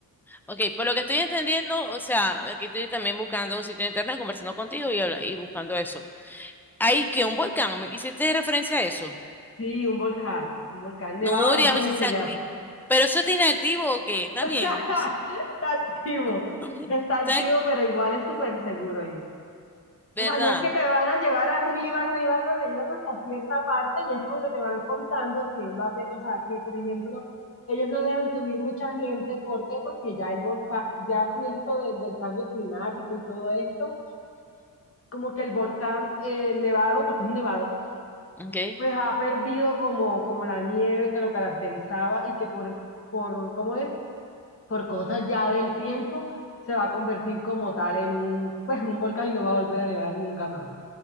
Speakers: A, in the centre; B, on the left (about 40°).
A: Ok, por lo que estoy entendiendo, o sea, aquí estoy también buscando un sitio de internet, conversando contigo y, habla- y buscando eso. Hay que un volcán, ¿me hiciste referencia a eso?
B: Sí, un volcán, un volcán, Nevado
A: No,
B: del
A: digamos,
B: Ruiz
A: si está
B: se llama.
A: activo. ¿Pero eso está inactivo o qué? Está
B: <laughs>
A: bien, o sea,
B: Está activo,
A: <laughs>
B: está activo,
A: está,
B: pero igual es súper seguro ir.
A: ¿verdad?
B: O sea, no es que te van a llevar arriba, arriba, arriba, te llevan hasta cierta parte y es como que te van contando que él va a, pe- o sea, que por ejemplo, ellos no dejan subir mucha gente, ¿por qué? Porque ya el volcán, ya con esto de- del cambio climático y todo esto, como que el volcán, eh, el nevado, porque es un nevado,
A: Ujú, ok.
B: pues ha perdido como, como la nieve que lo caracterizaba y que por, por, ¿cómo es? por cosas ya del tiempo, se va a convertir como tal en un, pues, un volcán y no va a volver a nevar nunca más.